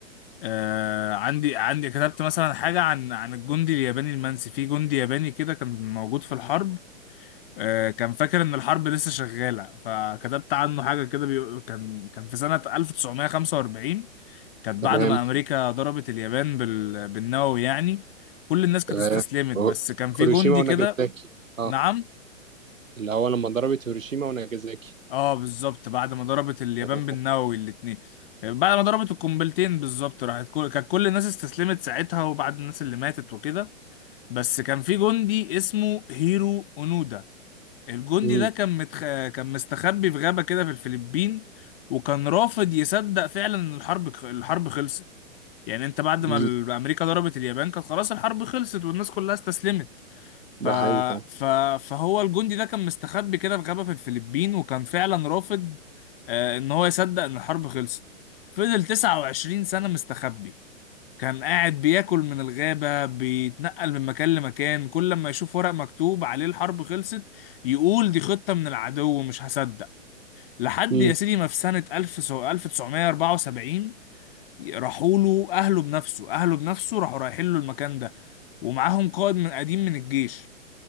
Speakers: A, on the left (about 45°); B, on the right (about 80°).
A: آه، عندي عندي كتبت مثلا حاجة عن عن الجندي الياباني المنسي في جندي ياباني كده كان موجود في الحرب آه، كان فاكر ان الحرب لسه شغالة فكتبت عنه حاجة كده بيقول- كان كان في سنة 1945 كانت
B: تمام
A: بعد ما امريكا ضربت اليابان بال- بالنووي يعني كل الناس كانت
B: تمام
A: استسلمت
B: هو-
A: بس كان في
B: هيروشيما
A: جندي
B: وناجازاكي
A: كده
B: اه
A: نعم
B: اللي هو لما ضربت هيروشيما وناجازاكي
A: اه بالظبط بعد ما ضربت اليابان
B: تمام
A: بالنووي الاتنين بعد ما ضربت القنبلتين بالظبط راحت كل... كانت كل الناس استسلمت ساعتها وبعد الناس اللي ماتت وكده بس كان في جندي اسمه هيرو اونودا الجندي
B: امم
A: ده كان متخ... كان مستخبي في غابة كده في الفلبين وكان رافض يصدق فعلا ان الحرب الحرب خلصت يعني انت بعد ما
B: أمم.
A: ال- امريكا ضربت اليابان كانت خلاص الحرب خلصت والناس كلها استسلمت
B: ده
A: ف...
B: حقيقي فعلا.
A: ف... فهو الجندي ده كان مستخبي كده في غابة في الفلبين وكان فعلا رافض آه، ان هو يصدق ان الحرب خلصت فضل 29 سنة مستخبي كان قاعد بياكل من الغابة بيتنقل من مكان لمكان كل ما يشوف ورق مكتوب عليه الحرب خلصت يقول دي خطة من العدو مش هصدق لحد
B: امم
A: يا سيدي ما في سنة 1000 1974 راحوا له أهله بنفسه أهله بنفسه راحوا رايحين له المكان ده ومعاهم قائد من قديم من الجيش